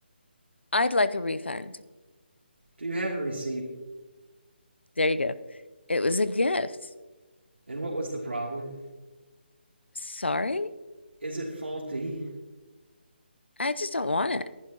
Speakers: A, on the left; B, on the right.
A: I'd like a refund.
B: Do you have a receipt?
A: There you go. It was a gift.
B: And what was the problem?
A: Sorry,
B: Is it faulty?
A: I just don't want it.